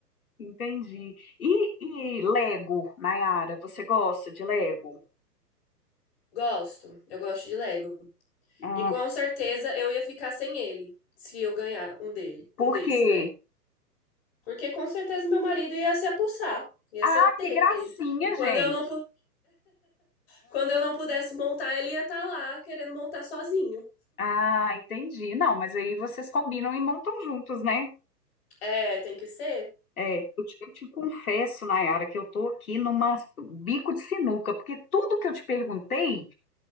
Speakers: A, on the left (about 60°); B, on the left (about 35°).
A: Entendi. E, e Lego, Nayara, você gosta de Lego?
B: Gosto, eu gosto de Lego.
A: Ah,
B: E com certeza eu ia ficar sem ele, se eu ganhar um dele,
A: por
B: um desse,
A: quê?
B: né? Porque com certeza meu marido ia se apossar, ia
A: Ah,
B: ser dele.
A: que gracinha,
B: E quando
A: gente.
B: eu não, pu- quando eu não pudesse montar, ele ia estar lá querendo montar sozinho.
A: Ah, entendi. Não, mas aí vocês combinam e montam juntos, né?
B: É, tem que ser.
A: É, eu te, eu te confesso, Nayara, que eu tô aqui numa bico de sinuca, porque tudo que eu te perguntei,